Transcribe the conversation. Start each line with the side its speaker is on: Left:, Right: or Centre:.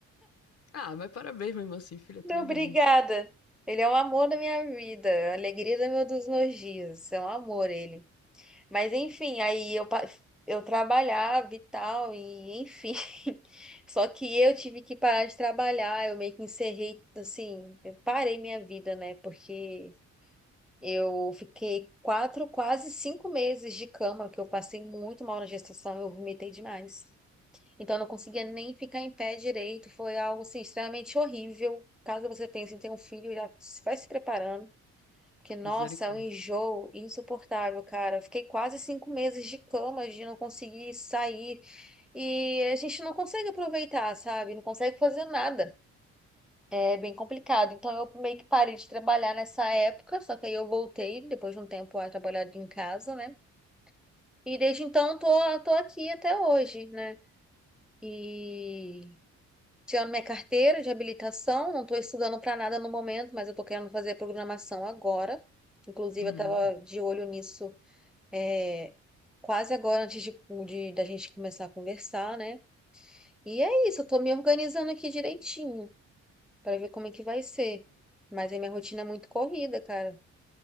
Left: Ah, mas parabéns mesmo assim, filha,
Centre: <laughs>
Left: tudo
Centre: Obrigada.
Left: de bom.
Centre: Ele é o amor da minha vida, a alegria do meu, dos meus dias. É um amor ele. Mas enfim, aí eu, pa- eu trabalhava e tal, e enfim. <laughs> Só que eu tive que parar de trabalhar, eu meio que encerrei, assim, eu parei minha vida, né? Porque. Eu fiquei quatro, quase cinco meses de cama, que eu passei muito mal na gestação, eu vomitei demais. Então, eu não conseguia nem ficar em pé direito, foi algo assim, extremamente horrível. Caso você pense em ter um filho, já se- vai se preparando, porque, nossa,
Left: Misericórdia.
Centre: é um enjoo insuportável, cara. Eu fiquei quase cinco meses de cama, de não conseguir sair, e a gente não consegue aproveitar, sabe? Não consegue fazer nada. É bem complicado. Então eu meio que parei de trabalhar nessa época, só que aí eu voltei depois de um tempo a trabalhar em casa, né? E desde então tô, tô aqui até hoje, né? E tirando minha carteira de habilitação, não tô estudando para nada no momento, mas eu tô querendo fazer programação agora. Inclusive,
Left: Hum,
Centre: eu tava de olho nisso é, quase agora antes de, de da gente começar a conversar, né? E é isso, eu tô me organizando aqui direitinho para ver como é que vai ser. Mas a minha rotina é muito corrida, cara.